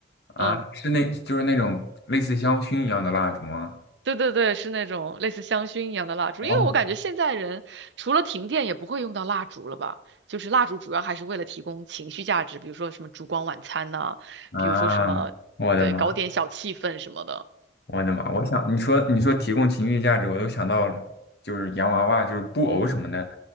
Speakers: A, on the left (about 60°); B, on the right (about 75°).
A: 啊，
B: 嗯。
A: 是那，就是那种类似香薰一样的蜡烛吗？
B: 对对对，是那种类似香薰一样的蜡烛，
A: 哦，
B: 因为我感觉现在人除了停电也不会用到蜡烛了吧？就是蜡烛主要还是为了提供情绪价值，比如说什么烛光晚餐呐、
A: 啊，
B: 比如说什么，
A: 我的妈，
B: 对，搞点小气氛什么的。
A: 我的妈！我想你说你说提供情绪价值，我都想到了，就是洋娃娃，就是布偶什么的，